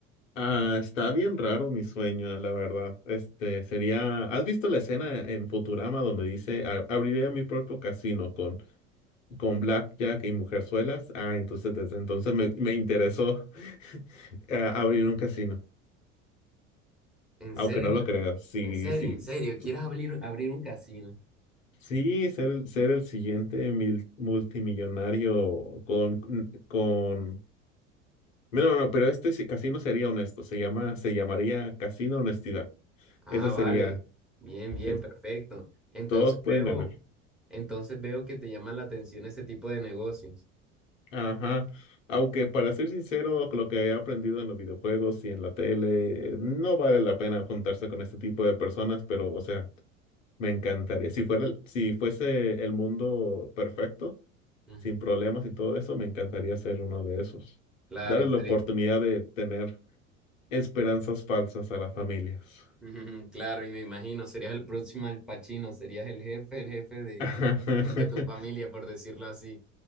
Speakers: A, on the left; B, in the centre.
A: Ah, está bien raro mi sueño, la verdad. Este sería. ¿Has visto la escena en Futurama donde dice "A- abriré mi propio casino con con Blackjack y Mujerzuelas. Ah, entonces desde entonces me, me interesó <laughs> eh, abrir un casino.
B: En
A: Aunque
B: serio,
A: no lo creas, sí,
B: en serio,
A: sí.
B: en serio,
A: su-
B: ¿quieres abrir, abrir un casino?
A: Sí, ser, el- ser el siguiente mil- multimillonario con, con... No, no, no, pero este sí- casino sería honesto. Se llama, se llamaría Casino Honestidad.
B: Ah,
A: Ese
B: vale.
A: sería...
B: Bien, bien,
A: es-
B: perfecto. Entonces
A: todos pueden
B: veo,
A: ganar.
B: entonces veo que te llama la atención ese tipo de negocios.
A: Ajá. Aunque para ser sincero, con lo que he aprendido en los videojuegos y en la tele, no vale la pena juntarse con este tipo de personas, pero, o sea, me encantaría. Si fuera, si fuese el mundo perfecto,
B: Mm,
A: sin problemas y todo eso, me encantaría ser uno de esos.
B: Claro,
A: Darle la
B: seré-
A: oportunidad de tener esperanzas falsas a las familias.
B: Ujú, <laughs> claro, y me imagino, serías el próximo Al Pacino, serías el jefe, el jefe de,
A: <laughs>
B: <laughs> de tu familia, por decirlo así.